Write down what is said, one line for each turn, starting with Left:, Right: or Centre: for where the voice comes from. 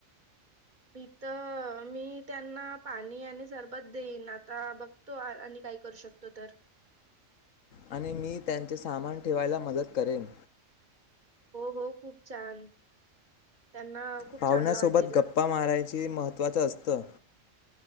Right: भी तर मी त्यांना पाणी आणि सरबत देईन आता बघतो आणि काय करू शकतो तर
Left: आणि मी त्यांचे सामान ठेवायला मदत करेन
Right: हो हो खूप छान त्यांना खूप
Left: पाहुण्यांसोबत
Right: चांगलं वाटेल.
Left: गप्पा मारायच महत्त्वाचं असतं